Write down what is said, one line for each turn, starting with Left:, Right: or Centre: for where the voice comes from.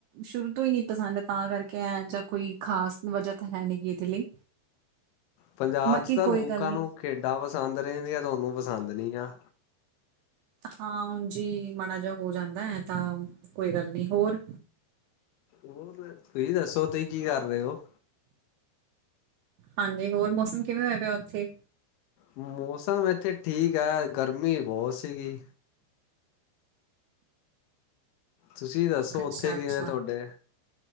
Right: ਸ਼ੁਰੂ ਤੋਂ ਹੀ ਨਹੀਂ ਪਸੰਦ, ਤਾਂ ਕਰਕੇ ਐ ਜਾਂ ਕੋਈ ਖਾਸ ਵਜਾ ਤਾ ਹੈ ਨੀ, ਵੀ ਇਦੇ ਲਈ।
Left: ਪੰਜਾਬ
Right: ਬਾਕੀ
Left: 'ਚ ਤਾਂ ਲੋਕਾਂ
Right: ਕੋਈ ਗੱਲ ਨੀ
Left: ਨੂੰ ਖੇਡਾਂ ਪਸੰਦ ਰਹਿੰਦੀਆਂ, ਤੁਹਾਨੂੰ ਪਸੰਦ ਨਹੀਂ ਆ।
Right: ਹਾਂ ੳਂਝ ਹੀ ਮਾੜਾ ਜਿਹਾ ਹੋ ਜਾਂਦਾ ਹੈ, ਤਾਂ ਕੋਈ ਗੱਲ ਨੀ। ਹੋਰ
Left: ਹੋਰ ਤੁਸੀਂ ਦੱਸੋ, ਤੁਸੀਂ ਕੀ ਕਰ ਰਹੇ ਹੋ?
Right: ਹਾਂਜੀ, ਹੋਰ ਮੌਸਮ ਕਿਵੇਂ ਹੋਆ ਪਿਆ ਉੱਥੇ?
Left: ਮੌਸਮ ਇੱਥੇ ਠੀਕ ਹੈ, ਗਰਮੀ ਬਹੁਤ ਸੀਗੀ। ਤੁਸੀਂ ਦੱਸੋ,
Right: ਅੱਛਾ
Left: ਉੱਥੇ
Right: ਅੱਛਾ
Left: ਕਿਵੇ ਤੁਹਾਡੇ?